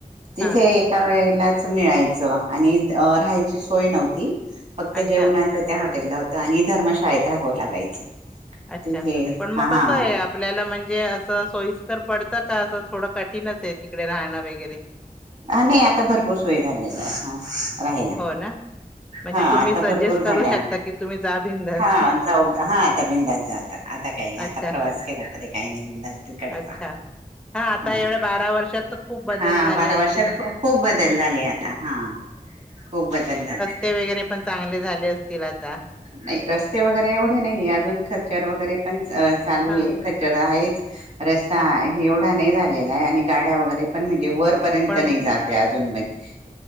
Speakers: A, on the right; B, in the centre.
A: तिथे
B: हां.
A: एका वेळेला च मिळायचं आणि अ राहायची सोय नव्हती. फक्त
B: अच्छा,
A: जेवणाचं त्या हॉ टेलला होतं आणि धर्मशाळेत राहावं लागायचं.
B: अच्छा
A: तिथे
B: पण मग
A: हा हा
B: कसं आहे आपल्याला म्हणजे असं सोयीस्कर पड त का? असं थोडं कठीणच आहे तिकडे राहणं वगैरे
A: हां नाही आता भरपूर सोय झालेला आहे हां राहायला.
B: हो ना? म्हणजे
A: हां
B: तुम्ही
A: आता
B: सजेस्ट
A: भरपूर
B: करू
A: झाल्या.
B: शकता की तुम्ही जा बिंदास.
A: हां जाऊ हां आता बिनधास्त जा आता. आता काही नाही
B: अच्छा
A: आता प्रवास केला तरी काही नाही बिनधास्त तिकडचा
B: अच्छा हा आता
A: हां
B: एवढ्या बारा वर्षात तर खूप बदल
A: हां
B: झाले
A: बारा
B: असतील
A: वर्षात खूप बदल झाले आता हां. खूप बदल झालाय.
B: स्ते वगैरे पण चांगले झाले असतील आता?
A: नाही रस्ते वगैरे एवढे नाही अजून खचर वगैरे पण च चालू
B: हा
A: आहे खच्चर आहेच. रस्ता
B: हा
A: एवढा नाही झा लेलाय आणि गाड्या वगैरे पण म्हणजे वरपर्यंत
B: पण
A: नाही जात आहे अजून म्हण <inaudible>